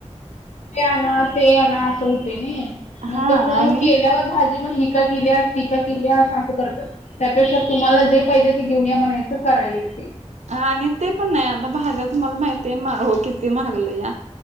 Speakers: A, on the left; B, on the right.
A: ते आणा, ते आणा असं होतय नाही? मग
B: हा
A: कस
B: आणि
A: मग केल्यावर भाजी म ही - का केलियास? ती का केलियास? असं करतात. त्यापेक्षा तुम्हाला जे पाहिजे ते घेऊन या म्हणायचं- करायल ते.
B: आणि ते पण नाही. आता भाज्या तुम्हाला माहिती आहे. हो किती महागलेल्या.